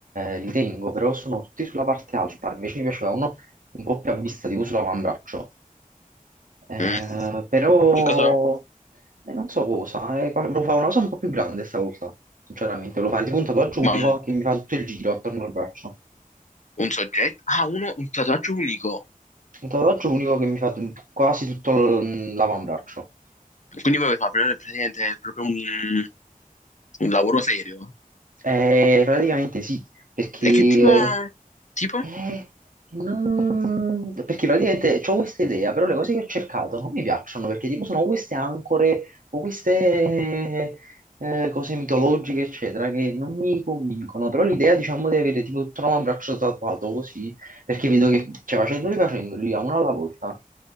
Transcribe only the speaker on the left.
Mm,
Che cosa?
Ma un,
un soggetto? Ah, uno, un tatuaggio unico.
Quindi puoi fare praticamente proprio un, Un lavoro serio?
E che tipo... Tipo?